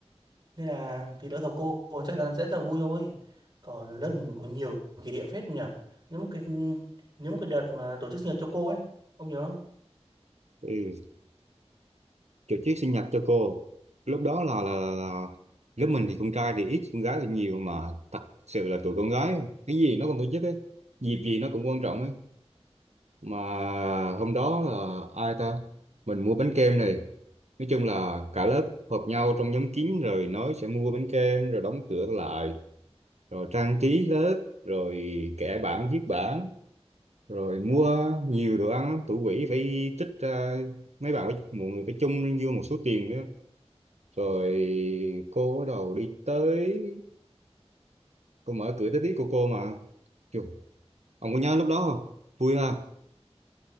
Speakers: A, on the right (about 40°); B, on the right (about 80°).
A: nên là thì đỡ gặp cô chắc chắn sẽ rất là vui thôi còn lớp mình có nhiều kỷ niệm phết nhỉ nếu một cái nếu một cái đợt mà tổ chức sinh nhật cho cô ấy ông nhớ không
B: ừ, tổ chức sinh nhật cho cô lúc đó là, là, là lớp mình thì con trai thì ít con gái thì nhiều mà thật sự là tụi con gái cái gì nó cũng tổ chức ấy dịp gì nó cũng quan trọng ấy mà hôm đó là ai ta mình mua bánh kem này nói chung là cả lớp họp nhau trong nhóm kín rồi nói sẽ mua bánh kem rồi đóng cửa lại rồi trang trí lớp rồi kẻ bảng viết bảng rồi mua nhiều đồ ăn lắm. Thủ quỹ phải tích ra mấy bạn phải, mọi người phải chung vô một số tiền nữa rồi cô bắt đầu đi tới cô mở cửa tới tiếp của cô mà Chù, ông có nhớ lúc đó không vui ha